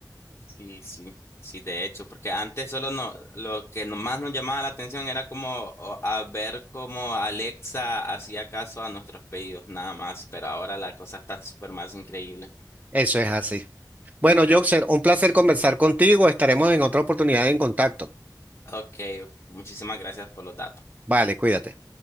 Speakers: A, on the left; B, on the right.
A: Sí, sí, sí, de hecho, porque antes solo no, lo que más nos llamaba la atención era como o, a ver cómo Alexa hacía caso a nuestros pedidos, nada más, pero ahora la cosa está súper más increíble.
B: Eso es así. Bueno, Joxer, un placer conversar contigo. Estaremos en otra oportunidad en contacto.
A: Ok, muchísimas gracias por los datos.
B: Vale, cuídate.